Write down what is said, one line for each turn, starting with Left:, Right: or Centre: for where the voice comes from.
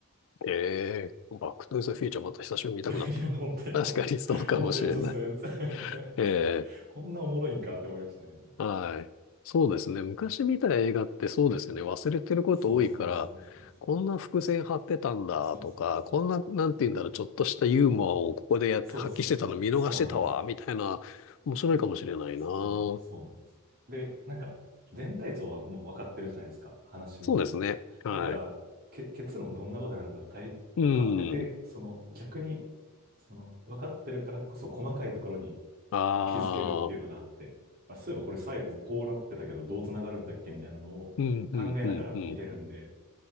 Left: ええ、バックトゥーザフューチャーまた久しぶりに見たくなった。
Right: いや、本当に、本当に、
Left: 確かにそうかもしれない。
Right: 本当におすすめです。<laughs>
Left: ええ。
Right: こんなおもろいんかって思いましたね。
Left: はい。そうですね。昔見た映画ってそうですよね。忘れてること多いから、
Right: そうそうそうそうそ
Left: こんな伏線張ってたんだとか、
Right: う。そうそうそう。
Left: こんな、なんて言うんだろう、ちょっとしたユーモアをここでやって発揮してたの見逃してたわ、
Right: そうそう。そうなんです。
Left: みたいな、面白いかもしれないな。
Right: そうなん、
Left: そ
Right: そうなんです。で、なんか、全体像はもう分かってるじゃないですか、話の。
Left: うですね。はい。
Right: だから、け、結論どんなことになるか大分かってて、
Left: うん。
Right: その逆に、その分かってるからこそ細かいところに
Left: あ
Right: あの気づけるっていうのがあって、
Left: あ、
Right: まあ、そういえばこれ最後こうなってたけどどうつながるんだっけみたいなのを考えながら見れるんで、
Left: うん、うん、うん、うん。